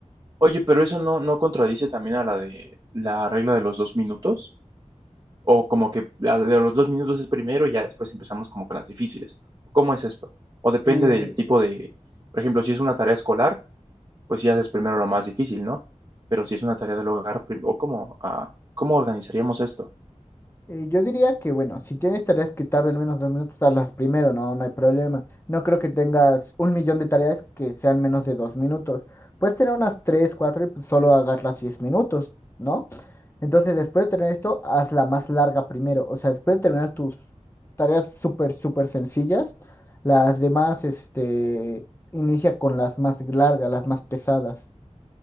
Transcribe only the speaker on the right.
Oye, pero eso no, no contradice también a la de la regla de los dos minutos, o como que la de los dos minutos es primero y ya después empezamos como con las difíciles. ¿Cómo es esto? O depende
del tipo de, por ejemplo, si es una tarea escolar, pues sí haces primero lo más difícil, ¿no? Pero si es una tarea del hogar, prim- o cómo, ah, ¿cómo organizaríamos esto?